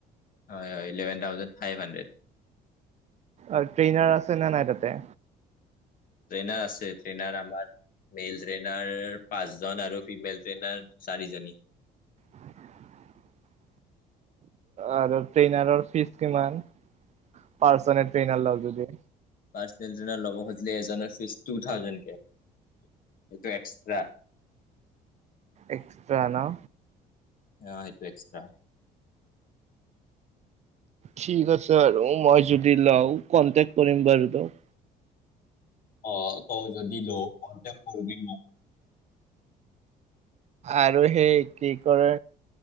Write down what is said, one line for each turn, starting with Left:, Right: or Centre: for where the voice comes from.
Left: হয় হয় ইলেভেন থাউজেড ফাইভ হানদেত
Right: অ ট্ৰেইনাৰ আছেনে নাই তাতে
Left: ট্ৰেইনাৰ আছে ট্ৰেইনাৰ আমাৰ মেইল ট্ৰেইনাৰ পাঁচজন আৰু ফিমেল ট্ৰেইনাৰ চাৰিজনী।
Right: <unintelligible> আৰু ট্ৰেইনাৰৰ ফিজ কিমান পৰ্ষণেল ট্ৰেনৰ লগ লৈ
Left: পাৰচনেল ট্ৰেইনাৰত ল'ব খুজিলে এজনৰ ফিজ টু থাউজেণ্ডকে এইটো এক্সট্ৰা
Right: এক্সট্ৰা ন
Left: আহ সেইটো এক্সট্ৰা
Right: ঠিক আছে আৰু মই যদি লওঁ কনটেক্ট কৰিম বাৰু দক
Left: অ তই যদি ল কণ্টেকট কৰবি মোক
Right: আৰু সেই কি কৰে